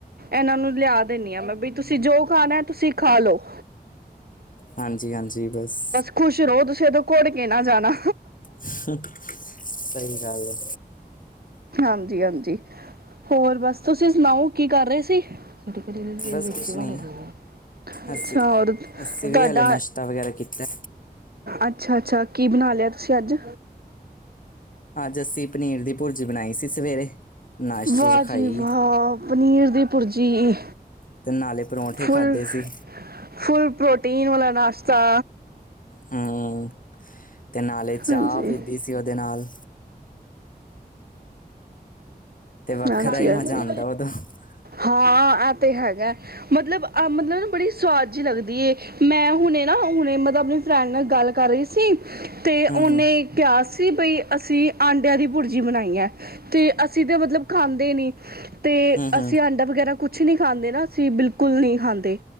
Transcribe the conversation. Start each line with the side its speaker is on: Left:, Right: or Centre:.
Right: ਇਨਾਂ ਨੂੰ ਲਿਆ ਦਿੰਦੀ ਆ ਮੈਂ, ਬੀ ਤੁਸੀਂ ਜੋ ਖਾਣਾ ਤੁਸੀਂ ਖਾ ਲੋੋ।
Left: ਹਾਂਜੀ ਹਾਂਜੀ ਬਸ।
Right: ਖੁਸ਼ ਰਹੋ ਤੁਸੀਂ ਐਥੋ ਕੁੜ ਕੇ ਨਾ ਜਾਣਾ।
Left: ਸਹੀ ਗੱਲ ਐ।
Right: ਹਾਂਜੀ ਹਾਂਜੀ, ਹੋਰ ਬਸ ਤੁਸੀਂ ਸੁਣਾਓ ਕੀ ਕਰ ਰਹੇ ਸੀ। ਏਹ ਟਿਕਦੀ ਨੀ ਵੇਲੀ
Left: ਬਸ
Right: ਵਿੱਚ
Left: ਕੁਛ
Right: ਨਾ
Left: ਨਹੀਂ
Right: ਵੜਿਓ। ਅੱਛਾ
Left: ਹਸ
Right: ਹੋਰ, ਤੁਹਾਡਾ
Left: ਅਸੀਂ ਵੀ ਹਾਲੇ ਨਾਸ਼ਤਾ ਵਗੈਰਾ ਕੀਤਾ
Right: ਅੱਛਾ ਅੱਛਾ ਕੀ ਬਣਾ ਲਿਆ ਤੁਸੀਂ ਅੱਜ?
Left: ਅੱਜ ਅਸੀਂ ਪਨੀਰ ਦੀ ਭੁਰਜੀ ਬਣਾਈ ਸੀ ਸਵੇਰੇ। ਨਾਸ਼ਤੇ
Right: ਵਾਹ
Left: 'ਚ ਖਾਈ
Right: ਜੀ ਵਾਹ ਪਨੀਰ ਦੀ ਭੁਰਜੀ।
Left: ਤੇ ਨਾਲੇ ਪਰੌਂਠੇ
Right: ਫੁੱਲ-ਫੁੱਲ
Left: ਖਾਧੇ ਸੀ
Right: ਪ੍ਰੋਟੀਨ ਦਾ ਨਾਸ਼ਤਾ।
Left: ਹੂੰ, ਤੇ ਨਾਲੇ ਚਾਹ
Right: ਹਾਂਜੀ
Left: ਪੀਦੀ ਸੀ ਉਹਦੇ ਨਾਲ। ਤੇ ਵੱਖਰਾ
Right: ਹਾਂਜੀ
Left: ਹੀ ਮਜ਼ਾ
Right: ਹਾਂਜੀ।
Left: ਆਉਂਦਾ ਉਦੋਂ ਹੂੰ
Right: ਹਾਂ ਐਤੇ ਹੈਗਾ। ਮਤਲਬ -ਮਤਲਬ ਨਾ ਬੜੀ ਸੁਵਾਦ ਜਿਹੀ ਲੱਗਦੀ ਏ ਮੈਂ ਹੁਣੇ ਨਾ ਹੁਣੇ ਮਤਲਬ ਆਪਣੀ ਫਰੈਂਡ ਨਾਲ ਗੱਲ ਕਰ ਰਹੀ ਸ ਸੀ, ਤੇ ਉਨੇ
Left: ਹੂੰ
Right: ਕਿਹਾ ਸੀ ਬਈ ਅਸੀਂ ਆਟ ਅੰਡਿਆਂ ਦੀ ਭੁਰਜੀ ਬਣਾਈ ਐ ਤੇ ਅਸੀਂ ਤੇ ਮਤਲਬ ਖਾਂਦੇ ਨੀ ਤੇ
Left: ਹੂੰ ਹੂੰ
Right: ਅਸੀਂ ਆਂਡਾ ਵਗੈਰਾ ਕੁਛ ਨੀ ਖਾਂਦੇ ਨਾ ਅਸੀਂ ਬਿਲਕੁਲ ਨ੍ਹੀਂ ਖਾਂਦੇ।